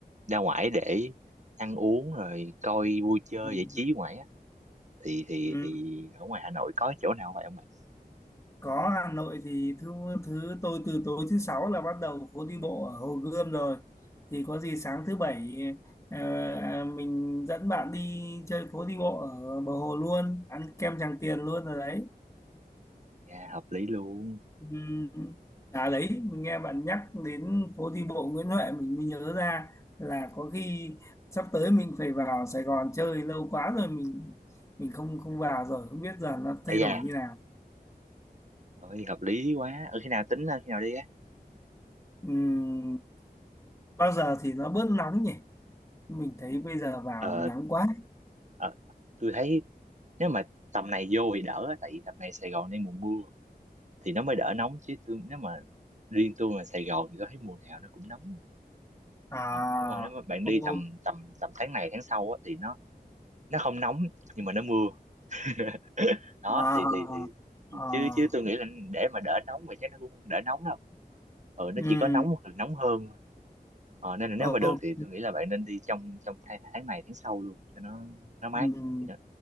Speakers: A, on the right; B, on the left.
A: ra ngoài để ăn uống rồi coi vui chơi
B: ừm,
A: giải trí ngoài á thì thì
B: ừm.
A: thì ở ngoài Hà Nội có chỗ nào vậy không bạn?
B: có Hà Nội thì thứ thứ tôi từ tối thứ sáu là bắt đầu phố đi bộ ở Hồ Gươm rồi thì có gì sáng thứ bảy ờ, à, mình dẫn bạn đi chơi phố đi bộ ở bờ hồ luôn ăn kem Tràng Tiền luôn rồi đấy
A: Dạ hợp lý luôn.
B: Ừm, À đấy, mình nghe bạn nhắc đến phố đi bộ Nguyễn Huệ mình mới nhớ ra là có khi sắp tới mình phải vào Sài Gòn chơi lâu quá rồi mình mình không không vào rồi không biết giờ nó thay
A: Ây da,
B: đổi như nào.
A: rồi hợp lý quá. Ừ khi nào tính ra, khi nào đi á?
B: Ừm, bao giờ thì nó bớt nóng nhỉ? Mình thấy bây giờ vào
A: Ờ
B: nắng quá.
A: ờ, tôi thấy nếu mà tầm này vô thì đỡ á, tại vì tầm này Sài Gòn đang mùa mưa thì nó mới đỡ nóng chứ tôi nếu mà riêng tôi mà Sài Gòn thì tôi thấy mùa nào nó cũng nóng
B: À,
A: Ờ, đúng rồi nếu mà bạn đi
B: ô,
A: tầm tầm tầm tháng này tháng sau á, thì nó nó không nóng nhưng mà nó mưa <laughs> đó
B: à,
A: thì thì thì
B: à, à,
A: chứ chứ tôi nghĩ là để mà đỡ nóng thì chắc nó cũng không đỡ nóng đâu ừ nó
B: ừm,
A: chỉ có nóng hoặc là nóng hơn thôi. ờ, nên là nếu
B: ok.
A: mà được thì tôi nghĩ là bạn nên đi trong trong tháng, tháng này tháng sau luôn cho nó nó mát
B: Ừm.
A: thì nó